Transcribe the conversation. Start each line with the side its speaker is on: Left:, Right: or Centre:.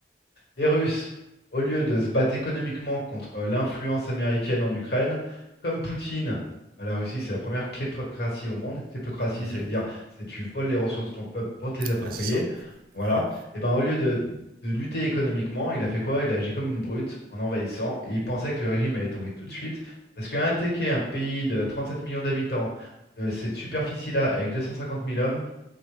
Left: Les Russes, au lieu de se battre économiquement contre l'influence américaine en Ukraine, comme Poutine, bah, la Russie, c'est la première kleptocratie au monde. Kleptocratie,
Right: mhm.
Left: ça veut dire c'est tu voles les ressources de ton peuple pour te les approprier.
Right: Ouais, c'est ça.
Left: Voilà.
Right: Mhm.
Left: Et ben au lieu de, de lutter économiquement, il a fait quoi? Il a agi comme une brute en envahissant et il pensait que le régime allait tomber tout de suite. Parce qu'attaquer un pays de 37 millions d'habitants, de cette superficie-là, avec deux cent cinquante mille hommes,